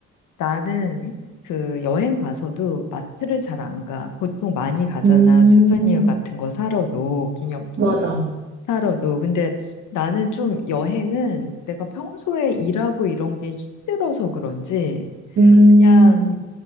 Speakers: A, on the left; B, on the right.
A: 나는 그 여행 가서도 마트를 잘 안 가. 보통 많이 가잖아.
B: 음,
A: 수베니어 같은 거 사러도, 기념품
B: 맞아.
A: 사러도. 근데 나는 좀 여행은 내가 평소에 일하고 이런 게 힘들어서 그런지,
B: 음,
A: 그냥,